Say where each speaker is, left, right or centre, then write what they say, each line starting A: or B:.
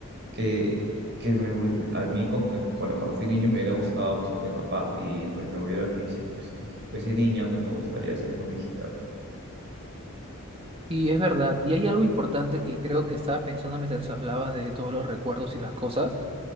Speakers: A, on the right; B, on the right.
A: que, que me, hu- a mí, como- eh, bueno, cuando fui niño me hubiera gustado pasar con mi papá y pues me hubiera, y si fuese, y si fuese niña, pues me gustaría hacer con mi hijita,
B: Y es verdad, y hay algo importante que creo que estaba pensando mientras hablabas de todos los recuerdos y las cosas,